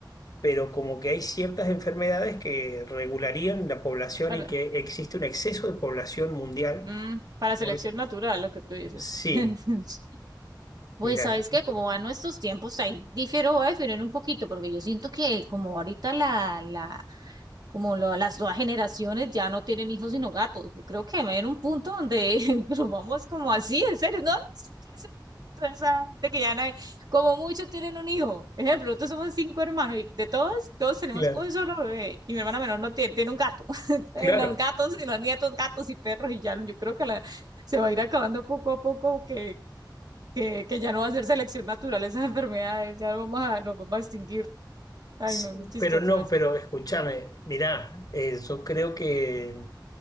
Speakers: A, on the left; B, on the right.
A: pero como que hay ciertas enfermedades que regularían la población
B: Para,
A: y que existe un exceso de población mundial.
B: mm, para selección
A: Por-
B: natural, lo que tú dices.
A: Sí,
B: <laughs> Pues
A: mira,
B: sabes que como van nuestros tiempos, ahí difiero, voy a diferir un poquito, porque yo siento que como ahorita la, la, como lo- las nuevas generaciones ya no tienen hijos sino gatos. Yo creo que va a haber un punto donde <laughs> nos vamos como así, en serio, no, <laughs> Toda esa gente que ya no hay, como muchos tienen un hijo. Ejemplo, nosotros somos cinco hermanos y de todos, todos tenemos
A: claro,
B: un solo bebé y mi hermana menor no tiene, tiene un gato. <laughs> Entonces,
A: claro.
B: los gatos y los nietos, gatos y perros y ya, yo creo que la, se va a ir acabando poco a poco que que, que ya no va a ser selección natural esas <laughs> enfermedades, ya nos vamos a, nos vamos a extinguir. Ay,
A: Sí,
B: no, es muy chistoso
A: Pero no,
B: eso.
A: pero escúchame, mira, yo creo que